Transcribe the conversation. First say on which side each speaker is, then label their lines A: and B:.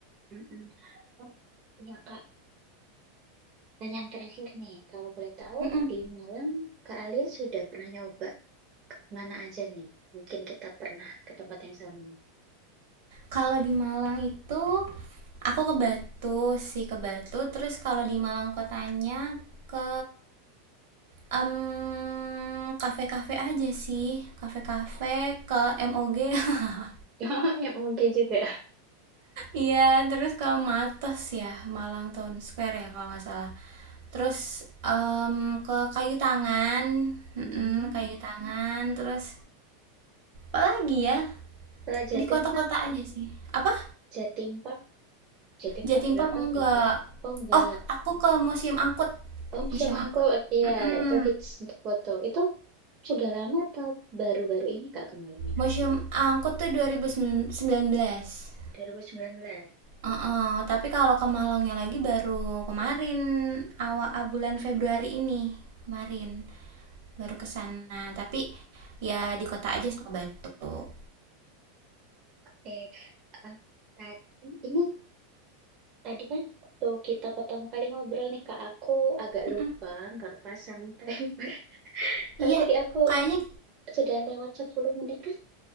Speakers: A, on the right; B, on the right.
A: Mm-mm. Oh, iya, Kak. Pertanyaan terakhir nih, kalau boleh tahu
B: Mm-mm.
A: di Malang Kak Alia sudah pernah nyoba mana aja nih? Mungkin kita pernah ke tempat yang sama.
B: Kalau di Malang itu aku ke Batu sih ke Batu. Terus kalau di Malang kotanya ke em, kafe-kafe aja sih, kafe-kafe ke MOG. <laughs>
A: <laughs> Ya, Oke juga.
B: Iya, terus ke Matos ya, Malang Town Square ya kalau nggak salah. Terus em, ke Kayu Tangan, Mm-mm,
A: Mm-mm.
B: Kayu Tangan, terus apa lagi ya?
A: Kalau Jatim
B: Di kota-kota
A: Park,
B: aja sih. Apa?
A: Jatim Park Jadi empat
B: Jatim
A: berapa
B: Park enggak.
A: itu? Oh enggak.
B: Oh, aku ke Museum Angkut.
A: Oh
B: Museum
A: siap angkut.
B: Angkut.
A: Ya,
B: Mm-mm.
A: itu hits untuk foto. Itu sudah lama atau baru-baru ini Kak kemarinnya?
B: Museum Angkut tuh dua ribu sembilan belas
A: 2019.
B: Heeh, tapi kalau ke Malangnya lagi baru kemarin awal ah, bulan Februari ini kemarin baru ke sana. Tapi ya di kota aja ke Batu.
A: Eh, eh, tadi ini tadi kan waktu kita pertama kali ngobrol nih Kak, aku agak
B: Mm-mm.
A: lupa nggak pasang timer. <laughs>
B: Iya,
A: Tapi tadi aku
B: kayaknya
A: sudah lewat 10 menit kan?